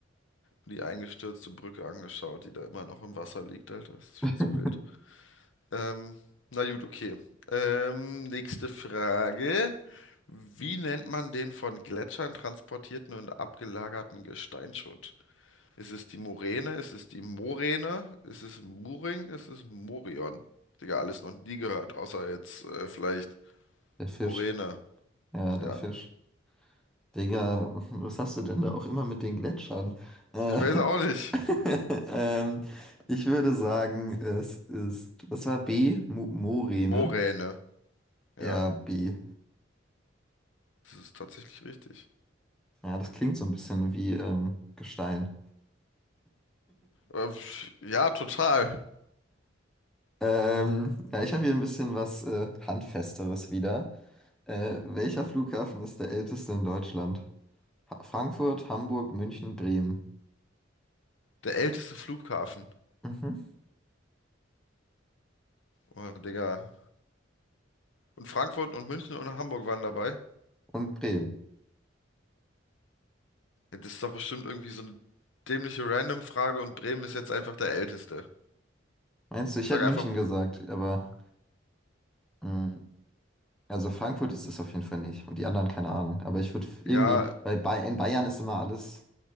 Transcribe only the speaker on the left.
die eingestürzte Brücke angeschaut, die da immer noch im Wasser liegt, Alter. Das ist viel
zu wild. Ähm, na gut, okay. Ähm, nächste Frage. Wie nennt man den von Gletschern transportierten und abgelagerten Gesteinsschutt? Ist es die Moräne? Ist es die Moräne? Ist es Muring? Ist es Morion? Digga, alles noch nie gehört, außer jetzt äh, vielleicht
Moräne.
Ja,
ich weiß auch nicht.
Moräne.
Ja,
das ist tatsächlich richtig.
Ähm, ja, total.
Der älteste Flughafen.
Oh, Digga. Und Frankfurt und München und Hamburg waren dabei.
Ja, das ist doch bestimmt irgendwie so eine dämliche Random-Frage und Bremen ist jetzt einfach der älteste.
Ich sag
einfach,
ja,